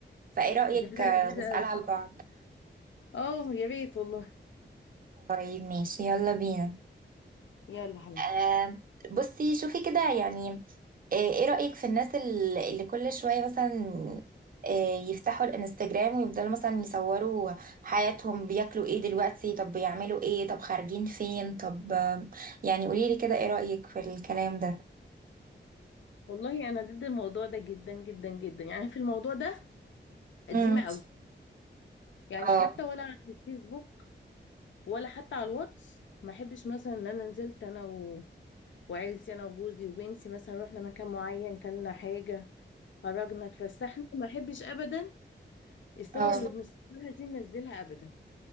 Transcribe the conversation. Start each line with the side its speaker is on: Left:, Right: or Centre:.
Right: فايه رايك
Left: دي حاجه
Right: آه،
Left: لذيذه
Right: نسالها
Left: قوي
Right: لبعض
Left: اه يا ريت والله
Right: طيب ماشي يلا بينا
Left: يلا حبيبي
Right: آم، بصي شوفي كده يعني آه، ايه رأيك في الناس ال- اللي كل شوية مثلا آه، يفتحوا الانستجرام ويفضلوا مثلا يصوروا حياتهم بياكلوا ايه دلوقتي طب بيعملوا ايه طب خارجين فين طب آم، يعني قوليلي كده ايه رأيك في الكلام ده
Left: والله انا ضد الموضوع ده جدا جدا جدا يعني في الموضوع ده قديمه
Right: امم
Left: قوي يعني
Right: اه
Left: حتى ولا على الفيسبوك ولا حتى على الواتس ما احبش مثلا ان انا نزلت انا و... وعيلتي انا وجوزي وبنتي مثلا رحنا مكان معين كلنا حاجه خرجنا اتفسحنا ما احبش ابدا الصور
Right: اه
Left: اللي بنصورها دي ننزلها ابدا